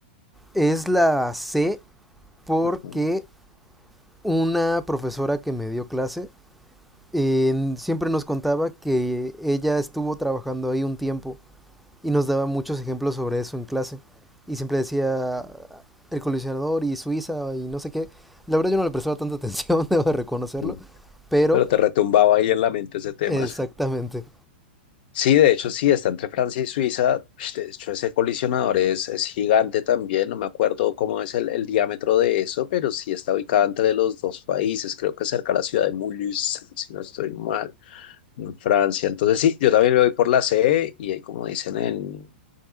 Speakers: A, in the centre; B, on the left (about 60°).
A: es la C porque
B: Ujú.
A: una profesora que me dio clase eh, siempre nos contaba que ella estuvo trabajando ahí un tiempo y nos daba muchos ejemplos sobre eso en clase. Y siempre decía el colisionador y Suiza y no sé qué. La verdad yo no le prestaba tanta atención, <laughs> debo de reconocerlo,
B: Ujú.
A: pero
B: Pero te retumbaba ahí en la mente ese tema.
A: exactamente.
B: Sí, de hecho, sí, está entre Francia y Suiza. Ush, De hecho, ese colisionador es, es gigante también. No me acuerdo cómo es el, el diámetro de eso, pero sí está ubicado entre los dos países. Creo que cerca de la ciudad de Mulhouse, si no estoy mal, en Francia. Entonces, sí, yo también me voy por la C y ahí, como dicen en,